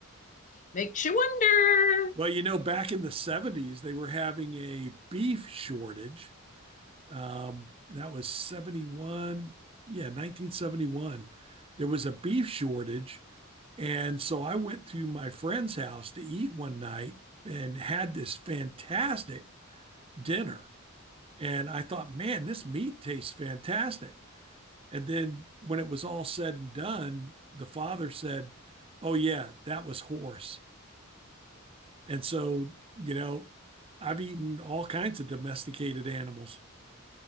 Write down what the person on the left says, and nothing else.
<laughs> Makes you wonder.